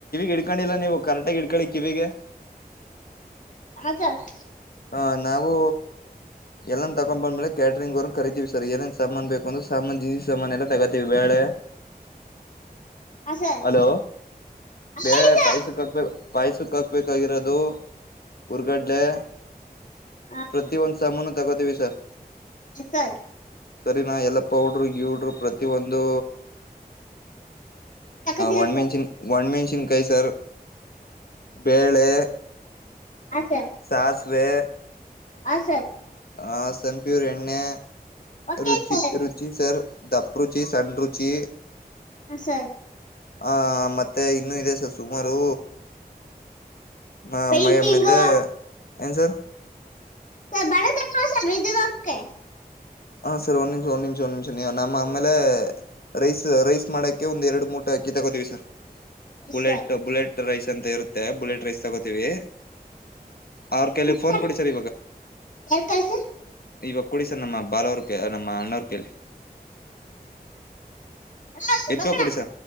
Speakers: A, on the left; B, on the left.
A: ಇಡ್ಕೊಂಡಿಲ್ಲ ನೀವು ಕರೆಕ್ಟಗಿ ಇಡ್ಕಳಿ ಕಿವಿಗೆ
B: ಹಜಾರ್
A: ಹ ನಾವು ಎಲ್ಲನು ತಕೊಂಡ್ ಬಂದ್ಮೇಲೆ ಕ್ಯಾಟರಿಂಗ್ ಅವರನ ಕರಿತೀವಿ ಸರ್ ಏನೇನ್ ಸಾಮಾನ್ ಬೇಕೋ ಅನ್ನೋದ ಸಾಮಾನ್ ಜೀನಿ ಸಾಮಾನ ಎಲ್ಲ ತಗೋತೀವಿ ಬೇಳೆ
B: ಹಾಂ ಸರ್
A: ಹಲೋ ಬೆಳೆ
B: ಹೇಳಿ ಸರ್
A: ಪೈಸಕ ಹಾಕ್ಬೇಕ ಪಾಯಸಕ್ಕ ಹಾಕ್ಬೇಕಾಗಿರೋದು ಉರ್ಗಡ್ಲೆ
B: ಹಾಂ
A: ಪ್ರತಿ ಒಂದ ಸಾಮಾನೂ ತಗೋತೀವಿ ಸರ್
B: ಸರ್
A: ಸರಿನಾ ಎಲ್ಲ ಪೌಡ್ರು ಗಿವ್ಡ್ರು ಪ್ರತಿ ಒಂದು
B: ತಕೋತೀರಾ
A: ಒ ಮೆನ್ಷನ್ ಒ ಮೆನ್ಷ. ನಿಮ ಕೈ ಸಾರು ಬೇಳೆ.
B: ಹ ಸರ್
A: ಸಾಸ್ವೆ
B: ಹ ಸರ್
A: ಆ ಸನ್ ಪ್ಯೂರ್ ಎಣ್ಣೆ
B: ಓಕೆ
A: ರುಚಿ
B: ಸರ್
A: ರುಚಿ ಸರ್ ದಪ್ಪ ರುಚಿ ಸಣ್ಣ ರುಚಿ
B: ಹ ಸರ್
A: ಹ ಮತ್ತೆ ಇನ್ನುೂ ಇದೆ ಸರ್ ಸುಮಾರು ನ
B: ಪೇಂಟಿಂಗು
A: ಮಯ ಮದ ಏನು ಸರ್
B: ಸರ್ ಬಳದ ಕ್ರಾಸ್ ಸಲ್ಲಿ ಇದೆವಂತೆ
A: ಹ ಸರ್ ಒಂದ್ ನಿಮಿಷ ಒಂದ್ ನಿಮಿಷ ಒಂದ್ ನಿಮಿಷ ನೀವು ನಮ್ಮ ಆಮೇಲೆ ರೈಸ್ ರೈಸ್ ಮಾಡಕ್ ಕೆ ಒಂದ ಎರಡು ಮೂಟ ಅಕ್ಕಿ ತಗೋತೀವಿ sir bullet
B: sir
A: bullet rice ಅಂತ ಇರುತ್ತೆ. ಮತ್ತೆ ಬುಲೆಟ್ ರೈಸ್ ತಗೋತೀವಿ ಅವ್ರ ಕೈಲಿ
B: ಕುಕ್ಕರ್
A: ಫೋನ್ ಕೊಡಿ ಸರ್
B: <unintelligible>
A: ಇವಗ್ಕೋಡಿ ಸರ್ ಬಾಲಾ ಅವರಿಗೆ ಕ ನಮ್ಮ ಅಣ್ಣವರ್ ಕೇಳಿ.
B: <inaudible> ಅ
A: ಎತ್ಕೋ
B: ಬಂದಣ
A: ಕೊಡಿ
B: <inaudible>
A: ಸರ್